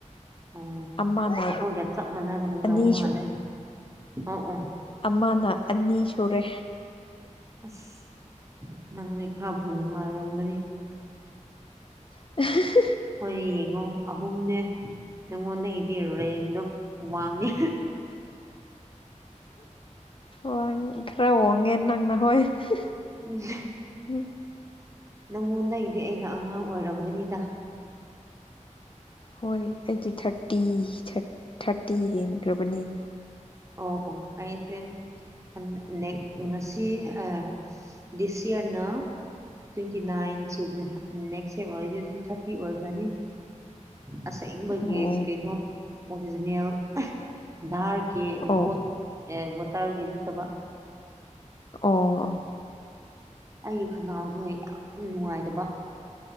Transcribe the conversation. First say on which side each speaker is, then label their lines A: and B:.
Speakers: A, on the right; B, on the left.
A: ꯑꯣ
B: ꯑꯃꯅ
A: ꯑꯈꯣꯏꯒ ꯆꯞ ꯃꯥꯟꯅꯔꯝꯒꯧ
B: ꯑꯅꯤ
A: ꯃꯥꯜꯂꯦ ꯑꯣ ꯑꯣ
B: ꯑꯃꯥꯅ ꯑꯅꯤ ꯁꯨꯔꯦ꯫
A: ꯑꯁ ꯅꯪꯅꯤ ꯈꯔꯕꯨ ꯅꯨꯡꯉꯥꯏꯔꯝꯒꯅꯤ꯫
B: <inaudible>
A: ꯑꯈꯣꯏ ꯌꯦꯡꯉꯣ ꯑꯍꯨꯝꯅꯦ ꯅꯉꯣꯟꯗꯒꯤꯗꯤ ꯔꯦꯡꯗꯣ ꯋꯥꯡꯉꯦ꯫
B: ꯋꯥꯡ ꯈꯔ ꯋꯥꯡꯉꯦ ꯅꯪꯅ ꯍꯣꯏ꯫ ꯍ
A: ꯎꯝ
B: ꯍꯨꯝ
A: ꯅꯪꯉꯣꯟꯗꯒꯤꯗꯤ ꯑꯩꯅ ꯑꯉꯥꯡ ꯑꯣꯏꯔꯝꯒꯅꯤꯗ꯫
B: ꯍꯣꯏ ꯑꯩꯗꯤ ꯊꯔꯇꯤ ꯊꯔꯠ ꯊꯔꯇꯤ ꯍꯦꯟꯈ꯭ꯔꯕꯅꯤ꯫
A: ꯑꯣ ꯑꯣ ꯑꯩꯁꯦ ꯍꯟ ꯅꯦꯛ ꯉꯁꯤ ꯑ ꯗꯤꯁ ꯏꯌꯔꯅꯥ꯫ ꯇ꯭ꯋꯦꯟꯇꯤ ꯅꯥꯏꯟ ꯁꯨꯕꯅꯦ ꯅꯦꯛꯁ ꯇꯝ ꯑꯣꯏꯔꯗꯤ ꯗꯨꯝ ꯊꯔꯇꯤ ꯑꯣꯏꯈ꯭ꯔꯅꯤ꯫ ꯑꯁꯦꯡꯕꯒꯤ
B: ꯑꯣ
A: ꯀꯩꯅꯣ ꯑꯣꯔꯤꯖꯤꯅꯦꯜ ꯙꯥꯔ ꯀꯤ
B: ꯑꯣ
A: ꯕꯣꯠ ꯑꯦ ꯕꯣꯇꯔꯒꯤ ꯅꯠꯇꯕ꯫
B: ꯑꯣ ꯑꯣ
A: ꯑꯩꯒꯤ ꯈꯅꯥꯎꯗꯨ ꯌꯥꯝ ꯅꯨꯡꯉꯥꯏꯇꯕ꯫